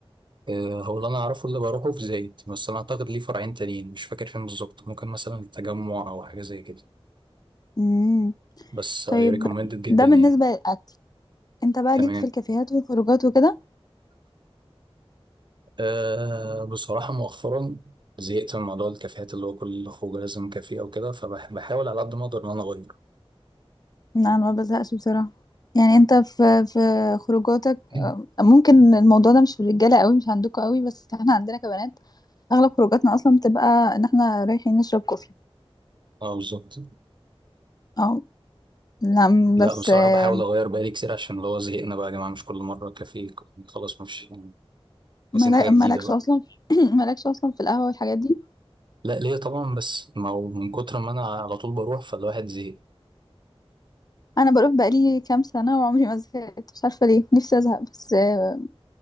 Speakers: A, on the right (about 50°); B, on the left (about 40°).
A: آه، هو اللي انا اعرفه اللي بروحه في زايد بس انا اعتقد ليه فرعين تانيين مش فاكر فين بالظبط ممكن مثلا التجمع او حاجه زي كده
B: امم
A: بس
B: طيب
A: اي ريكومندد جدا
B: ده بالنسبه
A: يعني
B: للاكل انت بقى
A: تمام
B: ليك في الكافيهات والخروجات وكده
A: أه بصراحه مؤخرا زهقت من موضوع الكافيهات اللي هو كل خروج لازم كافيه او كده فبحاول على قد ما اقدر ان انا اغير
B: لا انا ما بزهقش بصراحه يعني انت في في خروجاتك
A: <laughs>
B: آه، ممكن الموضوع ده مش في الرجاله قوي مش عندكم قوي بس احنا عندنا كبنات اغلب خروجاتنا اصلا بتبقى ان احنا رايحين نشرب كوفي
A: اه بالظبط
B: اه لا م-
A: لا
B: بس
A: بصراحه
B: آه،
A: بحاول اغير بقالي كتير عشان اللي هو زهقنا بقى يا جماعه مش كل مره كافيه خلاص مش
B: ملا-
A: عايزين حاجه جديده
B: مالكش
A: بقى
B: اصلا <clears throat> مالكش اصلا في القهوه والحاجات دي
A: لا ليه طبعا بس ما هو من كتر ما انا على طول بروح فالواحد زهق
B: انا بروح بقالي كام سنه وعمري ما زهقت مش عارفه ليه نفسي ازهق بس آه،